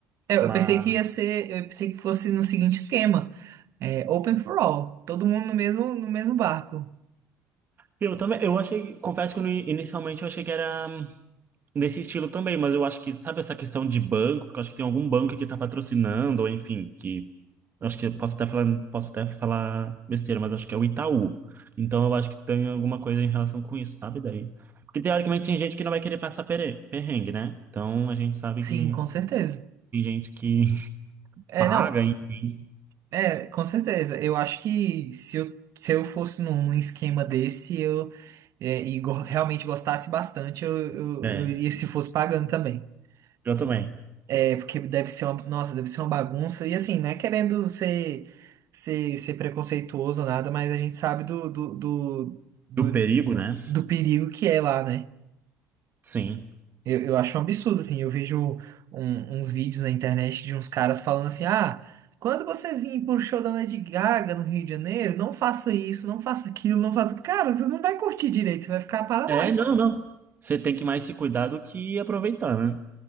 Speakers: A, on the right; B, on the right.
A: É, eu
B: Mas
A: pensei que ia ser, eu pensei que fosse no seguinte esquema. É open for all. Todo mundo no mesmo, no mesmo barco.
B: eu também, eu achei, confesso que no inicialmente eu achei que era hum, nesse estilo também, mas eu acho que, sabe essa questão de banco, porque eu acho que tem algum banco que tá patrocinando, ou enfim, que Acho que eu posso até falar, posso até falar besteira, mas acho que é o Itaú. Então eu acho que tem alguma coisa em relação com isso, sabe? Daí. Porque teoricamente tem gente que não vai querer passar pere- perrengue, né? Então a gente sabe
A: Sim,
B: que
A: com certeza.
B: tem gente que <laughs>
A: É,
B: paga,
A: não,
B: enfim.
A: é, com certeza. Eu acho que se eu, se eu fosse num esquema desse, eu é, e go- realmente gostasse bastante, eu, eu,
B: É,
A: eu iria se fosse pagando também.
B: eu também.
A: Por- É, porque deve ser uma, nossa, deve ser uma bagunça. E assim, não é querendo ser, ser, ser preconceituoso ou nada, mas a gente sabe do, do, do, do,
B: Do perigo, né?
A: do perigo que é lá, né?
B: Sim.
A: Eu, eu acho um absurdo, assim. Eu vejo um- uns vídeos na internet de uns caras falando assim: ah, quando você vir pro show da Lady Gaga no Rio de Janeiro, não faça isso, não faça aquilo, não faça. Cara, você não vai curtir direito, você vai ficar paranoico,
B: É, não, não. Você tem que mais se cuidar do que aproveitar, né?